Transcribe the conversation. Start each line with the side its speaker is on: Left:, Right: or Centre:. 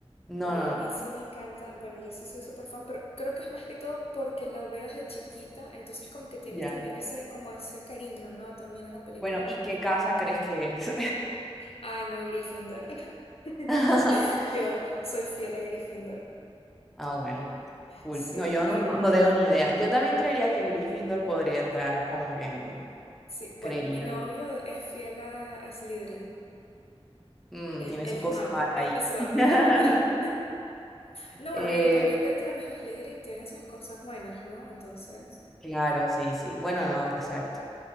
Centre: no,
Left: Oye,
Centre: no, no.
Left: a mí sí me encanta. Bueno, yo sí soy súper fan, pero creo que es más que todo porque lo veo desde chiquita, entonces como que tienes
Centre: ya.
Left: también ese, como ese cariño, ¿no? También a la película.
Centre: Bueno, ¿y qué casa crees que eres?
Left: Ay, no, Gryffindor. <laughs>
Centre: <laughs>
Left: Yo soy fiel a Gryffindor.
Centre: Ah, bueno, cool.
Left: Sí,
Centre: No, yo
Left: ahori-
Centre: no, no, no tengo ni idea. Yo también creería que Gryffindor podría entrar, como que mm,
Left: sí. Bueno,
Centre: creería
Left: mi novio
Centre: yo.
Left: es fiel a Slytherin.
Centre: Mm,
Left: Él,
Centre: tiene
Left: él
Centre: su
Left: es
Centre: cosa
Left: malo,
Centre: mala ahí.
Left: él, él se va
Centre: <laughs>
Left: con los malos. <laughs> No,
Centre: Eh,
Left: bueno, porque también dentro de los Slytherin tienen sus cosas buenas, ¿no? Entonces,
Centre: claro, sí, sí. Bueno, no, exacto.